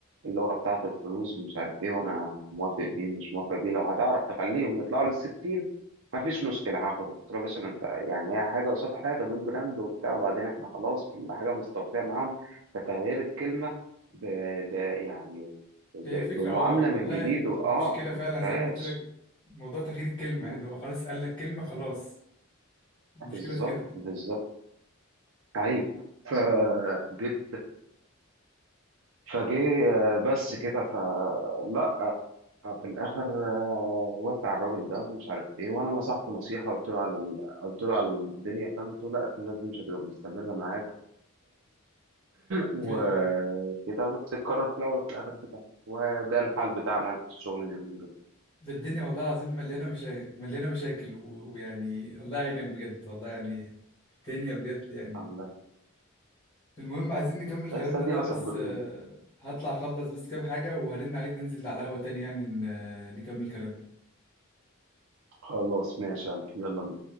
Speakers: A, on the right (about 65°); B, on the left (about 20°).
A: اللغة بتاعته الفلوس ومش عارف إيه وأنا موافق بيه ومش موافق بيه لو هتعرف تخليهم يطلعوا للستين ما فيش مشكلة هاخده قلت له يا باشا ما انت يعني هي حاجة قصاد حاجة دول براند وبتاع وبعدين احنا خلاص كل حاجة مستوفية معاهم فتغيير الكلمة ب... ب... يعني ب...
B: هي الفكره
A: بمعاملة
B: اه والله
A: من جديد
B: المشكله
A: واه
B: فعلا
A: ما فيهاش
B: زي ما قلت لك موضوع تغيير الكلمه
A: مم،
B: يعني هو خلاص قال لك كلمه خلاص المشكله
A: بالظبط
B: في كده
A: بالظبط ايوه فجيت فجه بس كده فلا في الاخر آه، وافق على الراجل ده ومش عارف ايه وانا نصحته نصيحه قلت له على ال... قلت له على الدنيا فاهم قلت له لا الناس دي مش هتبقى مستمره معاك وكده
B: ايوه ايوه
A: بس القرار في الأول وفي الآخر بتاعنا وده الحال بتاعنا في الشغل اليومين دول
B: ده الدنيا والله العظيم مليانة مشاكل مليانة مشاكل و- ويعني الله يعينك بجد والله يعني الدنيا بجد يعني
A: الحمد لله
B: المهم عايزين نكمل كلامنا
A: بس أدينا
B: ده بس
A: صابرين
B: آه، هطلع اخلص بس كام حاجة وهرن عليك ننزل على القهوة تاني يعني ن- آه، نكمل كلامنا
A: خلاص ماشي يا قلبي. يلا